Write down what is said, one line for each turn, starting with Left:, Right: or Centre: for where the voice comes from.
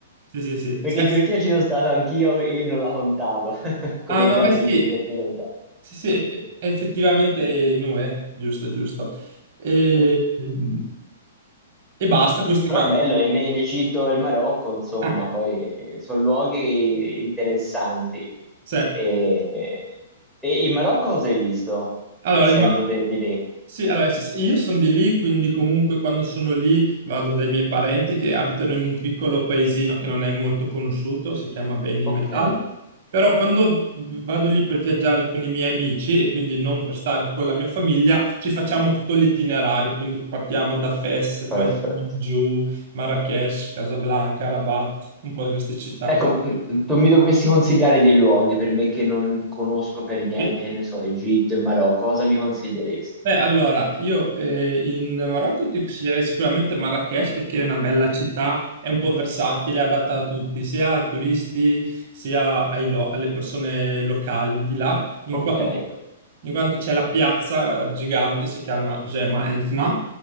Right: sì, sì, sì.
Centre: Perché
Right: Eh,
Centre: in Turchia ci sono stato anch'io e non la contavo <laughs> come
Right: Ah no,
Centre: viaggio
Right: beh sì,
Centre: intercontinentale.
Right: sì, sì, effettivamente è in UE, giusto, giusto. E,
Centre: <laughs>
Right: ehm, e basta, questi
Centre: Però
Right: qua.
Centre: bello, in, in Egitto e il Marocco, insomma,
Right: Ah,
Centre: poi sono luoghi interessanti.
Right: sì.
Centre: E, e in Marocco cosa hai visto,
Right: Allora,
Centre: essendo
Right: imma-
Centre: te di lì?
Right: Sì, allora s- s- io sono di lì, quindi comunque quando sono lì vado dai miei parenti che abitano in un piccolo paesino che non è molto conosciuto, si chiama Beni
Centre: Ok,
Right: Mellal. Però quando vi- vado lì per viaggiare con i miei amici e quindi non per stare con la mia famiglia, ci facciamo tutto l'itinerario, quindi partiamo da Fes,
Centre: perfetto.
Right: poi giù, Marrakech, Casablanca, Rabat, un po' queste città
Centre: Ecco,
Right: qui.
Centre: m- tu mi dovresti consigliare dei luoghi per me che non conosco per niente,
Right: sì.
Centre: che ne so, Egitto e Marocco, cosa mi consiglieresti?
Right: Beh, allora, io eh, in Marocco ti consiglierei sicuramente Marrakech perché è una bella città, è un po' versatile, adatta a tutti, sia a turisti sia ai lo- alle persone locali di là, in
Centre: Ok,
Right: quanto, in quanto c'è la piazza gigante, si chiama Gema Elfna,